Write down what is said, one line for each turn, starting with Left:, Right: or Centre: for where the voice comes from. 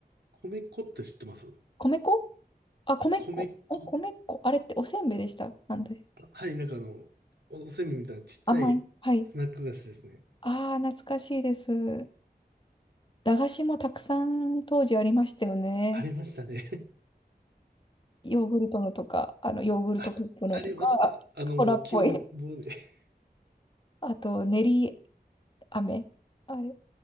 Right: 米粉って知ってます
Left: 米粉あ、米粉。
Right: 米粉。
Left: お、米粉。あれっておせんべいでした。なんで。
Right: はい、なんかあの、おせんべいみたいなちっちゃいスナック菓子ですね。
Left: 甘い。はい。ああ、懐かしいです。駄菓子もたくさん当時ありましたよね。
Right: ありましたね。
Left: ヨーグルトのとか、あの、ヨーグルトカップのとか、
Right: <laughs> あ、ありました。あの、
Left: コラっぽい。
Right: 昨日、僕で、<laughs>
Left: あと、練り飴。あれ。